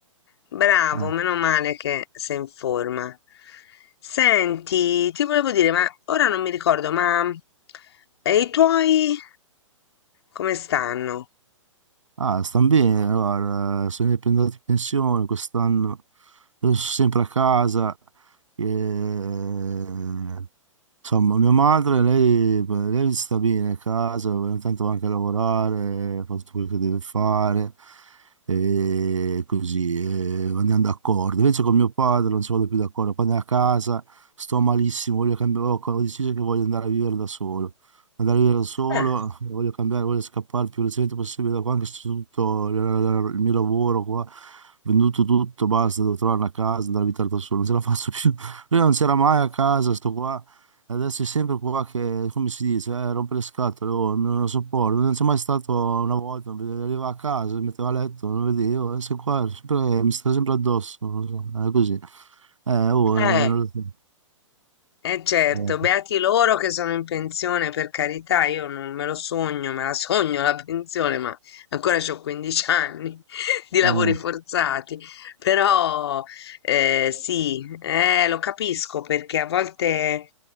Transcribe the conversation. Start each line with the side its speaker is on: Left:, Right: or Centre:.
Left: Bravo,
Right: eh,
Left: meno male che sei in forma. Senti, ti volevo dire, ma ora non mi ricordo, ma e i tuoi come stanno?
Right: ah, stanno bene, guarda, sono andato in pensione quest'anno, io sono sempre a casa, eh, Insomma, mia madre, lei, lei sta bene a casa, ogni tanto va anche a lavorare, fa tutto quello che deve fare, e così, e andiamo d'accordo. Invece con mio padre non ci vado più d'accordo, quando è a casa sto malissimo, voglio cambiare, ho ho deciso che voglio andare a vivere da solo. Andare a vivere da solo,
Left: Eh,
Right: eh, voglio cambiare, voglio scappare il più velocemente possibile da qua, anche se tutto il il mio lavoro qua, venduto tutto, basta, devo trovare una casa, andare a abitare da solo, non ce la faccio più. Lui non c'era mai a casa, sto qua. Adesso è sempre qua che, come si dice, eh, rompe le scatole, oh, non lo sopporto. Non c'è mai stato una volta, non vedevo- arrivava a casa, mi metteva a letto, non vedevo, adesso è qua, sempre- mi sta sempre addosso, non lo so, è così. Eh, oh,
Left: eh,
Right: eh, non lo so.
Left: Eh certo,
Right: Eh,
Left: beati loro che sono in pensione, per carità, io non me lo sogno, me la sogno la pensione, ma ancora ho 15 anni <laughs> di lavori
Right: eh.
Left: forzati. Però eh, sì, eh, lo capisco perché a volte